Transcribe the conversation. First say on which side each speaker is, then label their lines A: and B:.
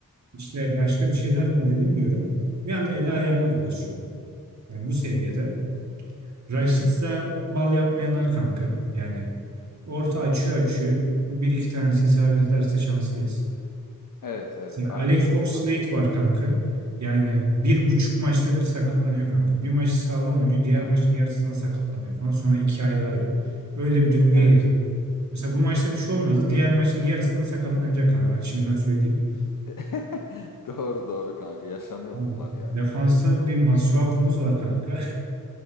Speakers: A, on the right; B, on the left.
A: İşte başka bir şeyler mi oluyor bilmiyorum. Bir anda eli ayağına dolaşıyor. Yani bu seviyede.
B: hı hı.
A: Raşit
B: Evet.
A: ise bal yapmayanları kanka. Yani orta açıyor açıyor. Bir iki tanesi isabet ederse şanslıyız.
B: Evet evet
A: Mesela
B: aynen
A: Alex
B: öyle
A: Oxlade
B: kanka.
A: var kanka. Yani bir buçuk maçta biri sakatlanıyor kanka. Bir maçı sağlam oynuyor. Diğer
B: Hı,
A: maçın yarısında sakatlanıyor falan. Sonra iki ay daha yok. Öyle bir döngüye
B: Evet.
A: girdi. Mesela bu maçta bir şey olmadı. Diğer maçın yarısında sakatlanacak kanka. Ben şimdiden söyleyeyim.
B: <laughs> Doğru doğru kanka yaşanıyor
A: Abi,
B: bunlar ya.
A: defansta bir Masuaku'muz var kanka.